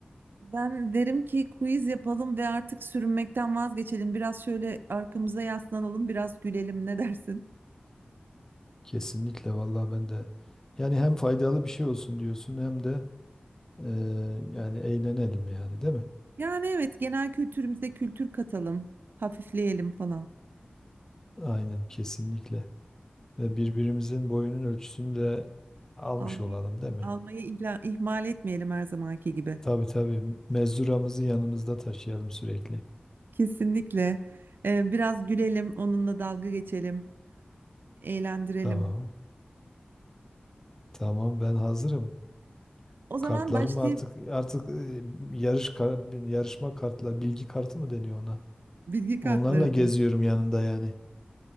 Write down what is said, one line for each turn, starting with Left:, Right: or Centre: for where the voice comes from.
Right: Ben derim ki quiz yapalım ve artık sürünmekten vazgeçelim. Biraz şöyle arkamıza yaslanalım, biraz gülelim. Ne dersin?
Left: Kesinlikle vallahi ben de. Yani hem faydalı bir şey olsun diyorsun hem de e, yani eğlenelim yani değil mi?
Right: Yani evet, genel kültürümüze kültür katalım, hafifleyelim falan.
Left: Aynen kesinlikle. Ve birbirimizin boyunun ölçüsünü de almış
Right: Almayı,
Left: olalım değil mi?
Right: almayı ihla- ihmal etmeyelim her zamanki gibi.
Left: Tabii tabii. Mezuramızı yanımızda taşıyalım sürekli.
Right: Kesinlikle. Ee, biraz gülelim, onunla dalga geçelim, eğlendirelim.
Left: Tamam. Tamam ben hazırım.
Right: O zaman
Left: Kartlarım
Right: başlayıp
Left: artık artık e, yarış kar- yarışma kartlar, bilgi kartı mı deniyor ona?
Right: bilgi kartları.
Left: Onlarla geziyorum yanında yani.